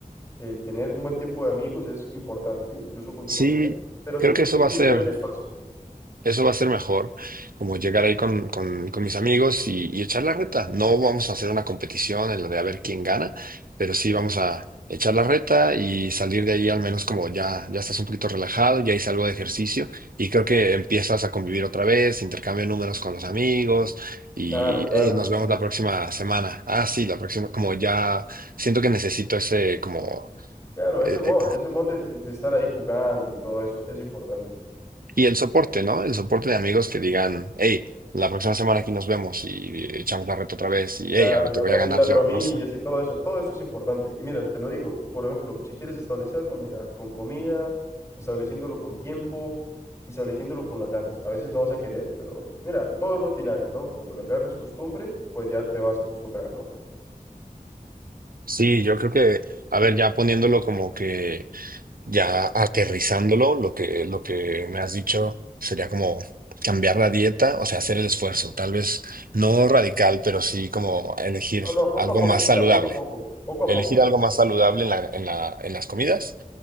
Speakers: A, on the left (about 20°); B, on the right (about 80°).
A: el tener un buen tiempo de amigos es importante, incluso con tu
B: Sí,
A: familia, pero
B: creo
A: siento
B: que eso
A: que hay
B: va
A: que
B: a ser.
A: buscar el espacio. ¿no?
B: Eso va a ser mejor, como llegar ahí con, con- con mis amigos y, y echar la reta. No vamos a hacer una competición en la de a ver quién gana, pero sí vamos a echar la reta y salir de ahí al menos como ya, ya estás un poquito relajado, ya hice algo de ejercicio y creo que empiezas a convivir otra vez, intercambio de números con los amigos y
A: Claro, claro.
B: "Hey, nos vemos la próxima semana. Ah, sí, la próxima, como ya siento que necesito ese como...
A: Claro,
B: e,
A: ese mod, ese mod de de- de estar ahí jugando y todo eso es importante.
B: Y el soporte, ¿no? El soporte de amigos que digan, hey, la próxima semana aquí nos vemos y echamos la reta otra vez y
A: Claro,
B: hey, ahora
A: y
B: te
A: las
B: voy
A: bromi-
B: a ganar
A: y las
B: yo,
A: bromillas
B: no sé.
A: y todo eso, todo eso es importante. Y mira, te lo digo, por ejemplo, si quieres establecerlo, mira, con comida, estableciéndolo con tiempo y estableciéndolo con las ganas. A veces no vas a querer, pero mira, todo es rutinario, ¿no? Cuando le agarres costumbre, pues ya te vas a acostumbrar, ¿no?
B: Sí, yo creo que, a ver, ya poniéndolo como que, ya aterrizándolo, lo que, lo que me has dicho sería como cambiar la dieta, o sea, hacer el esfuerzo, tal vez no radical, pero sí como elegir
A: No, no, poco
B: algo
A: a poco,
B: más
A: mira,
B: saludable.
A: poco a poco, poco a
B: Elegir
A: poco,
B: algo
A: ¿eh?
B: más saludable en la, en la, en las comidas